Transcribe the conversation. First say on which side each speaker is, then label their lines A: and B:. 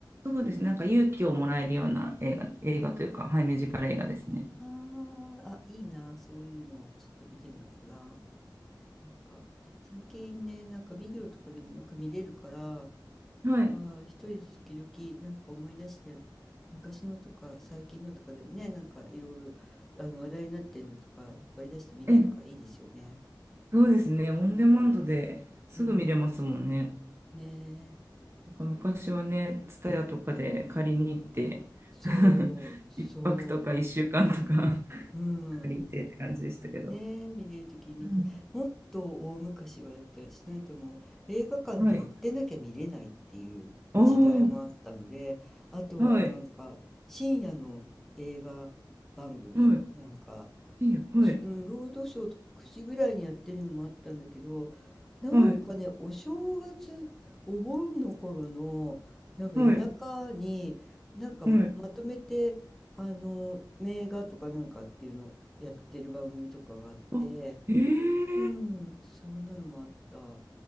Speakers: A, on the right; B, in the centre.
A: そうですね。なんか勇気をもらえるような映画、映画というか、はい、ミュージカル映画ですね。
B: あーあ、いいな、そういうの、ちょっと見てみようかな。なんか、最近ね、なんかビデオとかでもよく見れるから、あ
A: はい。
B: ー一人で時々なんか思い出して、昔のとか最近のとかでもね、なんかいろいろあの話題になってんのとか引っ張り出して見れるからいいですよね。
A: え、そうですね。オンデマンドですぐ見れますもんね。
B: うん。ねえ。
A: なんか昔はね、
B: うん
A: ツタヤとかで借りに行って、
B: そう、
A: <laughs>
B: そ
A: 一泊とか一週間とか <laughs>
B: う。うん。
A: 借りてって感じでしたけど。
B: ねえ、見れるとき見て、
A: うん
B: もっと大昔はだって私なんてもう映画館でやってなきゃ見れないっていう時代もあったので、
A: はい。おー、
B: あとはなんか深夜の映画番組なんか
A: はい、はい、いいよ、
B: おすうん、
A: はい、
B: 労働省と9時ぐらいにやってるのもあったんだけど、なんかね、
A: はい、
B: お正月、お盆の頃の、なんか夜中に、
A: はい、
B: なんかままとめて、
A: はい。
B: あの、名画とかなんかっていうのをやってる番組とかがあって、
A: あ、えー。
B: うん、そんなのもあった。